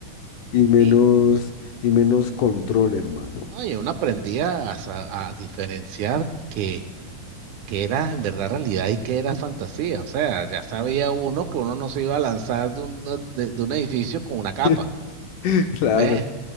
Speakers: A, on the left; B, on the right.
A: y menos
B: Sí,
A: y menos control, hermano.
B: no, Y oye, uno aprendía a, sa- a diferenciar que, que era en verdad realidad y que era fantasía. O sea, ya sabía uno que uno no se iba a lanzar de un, de, de un edificio con una capa.
A: <laughs> Claro,
B: ¿Ves?